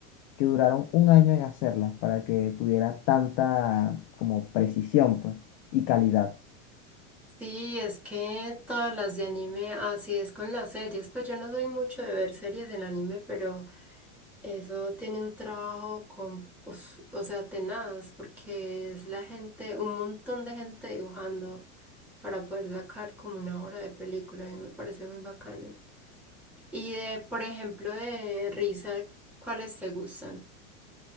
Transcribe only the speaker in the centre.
Sí, es que todas las de anime, así es con las series, pues yo no soy mucho de ver series en anime, pero eso tiene un trabajo con, uf, o sea, tenaz, porque es la gente, un montón de gente dibujando para poder sacar como una hora de película, a mí me parece muy bacano. Y de, por ejemplo, de risa, ¿cuáles te gustan?